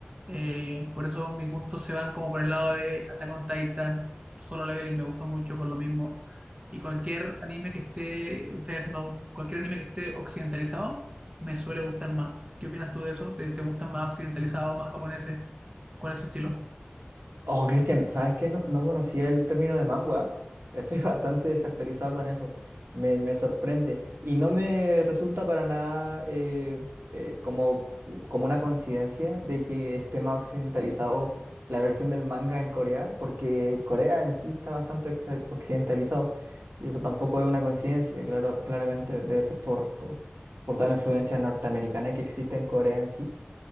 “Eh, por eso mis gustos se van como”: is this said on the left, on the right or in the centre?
Right